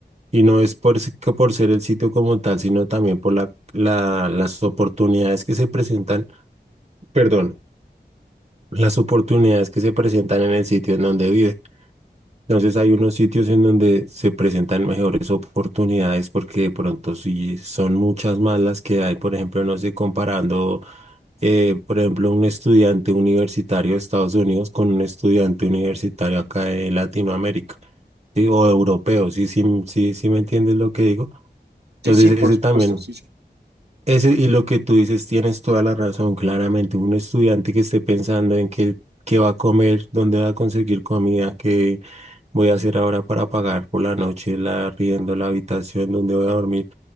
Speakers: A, on the right; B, on the right.
A: y no es por, se- que por ser el sitio como tal, sino también por la, la- las oportunidades que se presentan, perdón, las oportunidades que se presentan en el sitio en donde vive. Entonces hay unos sitios en donde se presentan mejores oportunidades porque de pronto sí son muchas más las que hay, por ejemplo, no sé, comparando, eh, por ejemplo, un estudiante universitario de Estados Unidos con un estudiante universitario acá de Latinoamérica, ¿sí? O europeo, sí, sí, sí, sí me entiendes lo que digo.
B: Sí,
A: Entonces
B: sí, por
A: ese
B: supuesto,
A: también,
B: sí, sí.
A: ese y lo que tú dices tienes toda la razón, claramente, un estudiante que esté pensando en qué, qué va a comer, dónde va a conseguir comida, que voy a hacer ahora para pagar por la noche la arriendo, la habitación donde voy a dormir.